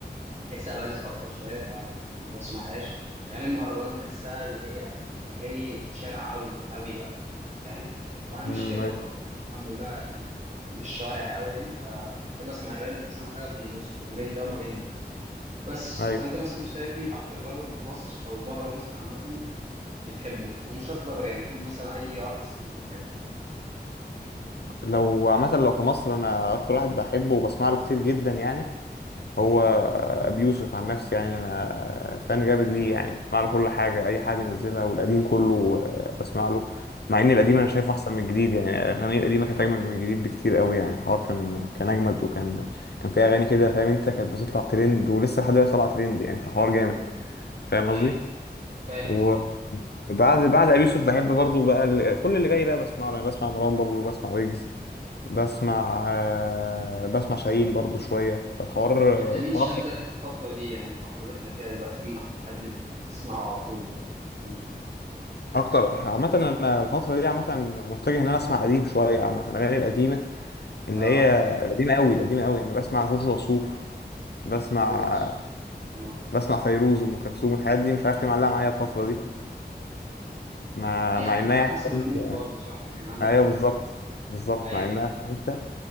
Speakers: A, on the right; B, on the left.
A: بحسها بناتي اكتر شويه فما بسمعهاش اغاني المهرجانات بحسها اللي هي اغاني شارع قوي قوي بقى فاهم وانا مش
B: امم
A: كده
B: ايوه
A: برضه يعني انا الحمد لله يعني مش شوارع قوي يعني فبحب اسمع الراب بحس ان هو حاجه في النص ما بين ده وما بين ده بس
B: ايوه
A: فانت مثلا شايف مين اكتر رابر في مصر او بره مصر عامه بتحبه ومش شرط رابر يعني قول مثلا اي ارتست انت بتحبه
B: لو عامه لو في مصر انا اكتر واحد بحبه وبسمع له كتير جدا يعني هو ابي يوسف عن نفسي يعني انا فان جامد
A: امم
B: ليه يعني بسمع له كل حاجه اي حاجه بينزلها والقديم كله آه، بسمع له مع ان القديم
A: امم
B: انا شايفه احسن من الجديد يعني الاغاني القديمه كانت اجمل من الجديد بكتير قوي يعني الحوار كان كان اجمد وكان كان في اغاني كده فاهم انت كانت بتطلع ترند ولسه لحد دلوقتي طالعه ترند يعني في الحوار جامد فاهم
A: ايوه
B: قصدي
A: فاهم
B: وبعد
A: اه
B: بعد ابي يوسف بحب برضو بقى ال- كل اللي جاي بقى بسمعه يعني بسمع مروان بابلو بسمع ويجز بسمع آه، بسمع شاهين برضو شويه فالحوار
A: طب انت مين
B: الحوار
A: شدك في الفتره دي يعني الفتره اللي احنا فيها دلوقتي مين اكتر حد بتسمعه على طول يعني مم.
B: اكتر عامه انا الفتره دي عامه متجه ان انا اسمع قديم شويه عامه الاغاني القديمه اللي
A: اه
B: هي قديمه قوي القديمه قوي يعني بسمع جورج وسوف بسمع
A: جورج وسوف آه.
B: بسمع فيروز وام كلثوم الحاجات دي مش عارف ليه معلقه معايا الفتره دي مع
A: هي
B: مع
A: هتبقى
B: انها يعني
A: حسب
B: فهمت-
A: المود برضه صح يعني عندك
B: ايوه
A: حق
B: بالظبط بالظبط
A: ايوه
B: مع انها خمسه